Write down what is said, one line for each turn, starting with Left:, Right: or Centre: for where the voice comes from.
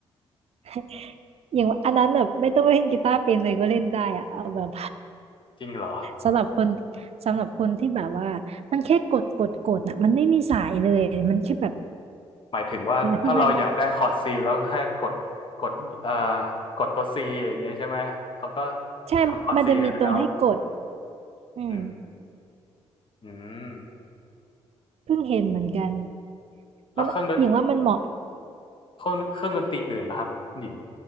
Right: <laughs> อย่างว่าอันนั้นแบบไม่ต้องเล่นกีตาร์เป็นเลยก็เล่นได้อะเอาแบบ
Left: จริงเหรอ
Right: สำหรับคนสำหรับคนที่แบบว่ามันแค่กดกดกดน่ะมันไม่มีสายเลยมันแค่แบบ
Left: หมายถึงว่าถ้าเราอยากได้คอร์ดซีแล้วแค่กดกดเอ่อ
Right: อธิบายไม่
Left: กดตัวซีอย่างเงี้ยใช่ไหมเขาก็
Right: ใช่มันจะมีตรงให้กด
Left: ทำคอร์ดซีให้แล้ว
Right: อืม
Left: อืม อืม
Right: เพิ่งเห็นเหมือนกัน
Left: แล้วเครื่องดน
Right: มันอย่างว่ามันเหมาะ
Left: เครื่องเครื่องดนตรีอื่นล่ะครับคุณหญิง